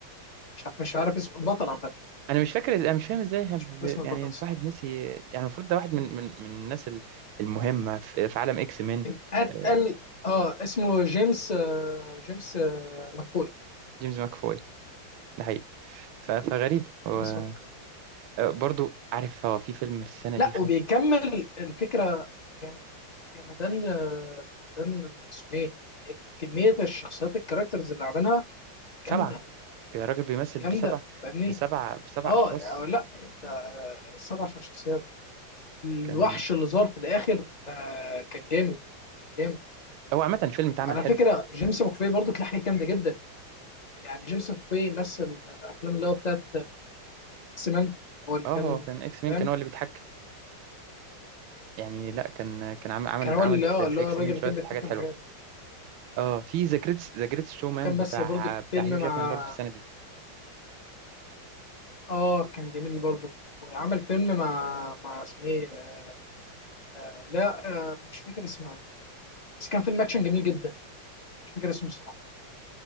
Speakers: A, on the left; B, on the right.
A: مش عارف مش عارف اسم البطل عامه
B: انا مش فاكر إز- انا مش فاهم ازاي إحنا ب-
A: مش فاكر اسم البطل
B: يعني انت
A: الصراحه
B: واحد نسي يعني المفروض ده واحد من من من الناس ال- المهمه في في عالم اكس مان
A: من اتقل
B: آه،
A: اه اسمه جيمس آه، جيمس آه، مكفوي
B: جيمس ماكفوي ده حقيقي ف- فغريب هو
A: جيمس مكفوي
B: آه، برضو عارف هو في فيلم في السنه
A: لا
B: دي خد
A: وبيكمل الفكره يا يا مدام آه، مدام اسمه ايه كميه الشخصيات الكاركترز اللي عملها
B: سبعه
A: جامده
B: يا راجل بيمثل
A: جامده
B: بسبع
A: فاهمني
B: بسبع بسبع
A: اه
B: اشخاص
A: يعني لا انت آه، سبع شخصيات الوحش
B: كان
A: اللي ظهر في الاخر آه، كان جامد جامد
B: هو عامه الفيلم اتعمل
A: على
B: حلو
A: فكره جيمس مكفي برضه كان حاجه جامده جدا يعني جيمس مكفي مثل افلام اللي هو بتاعت اكس مان هو اللي
B: اه
A: كان
B: هو كان اكس مان
A: فاهم
B: كان هو اللي بيتحكم يعني لا كان كان عامل عامل
A: كان هو
B: عامل
A: اللي
B: في,
A: هو اللي
B: في اكس
A: هو الراجل
B: مان
A: اللي
B: شويه
A: كان بيتحكم
B: حاجات حلوه
A: في حياته
B: اه في ذا جريتس ذا جريتس شو مان
A: وكان
B: بتاع
A: مثل برضه
B: بتاع
A: فيلم
B: هيو جاكمان
A: مع
B: برضو في السنه دي
A: اه كان جميل برضه وعمل فيلم مع مع اسمه ايه آه لا آه مش فاكر اسمها بس كان فيلم اكشن جميل جدا مش فاكر اسمه الصراحه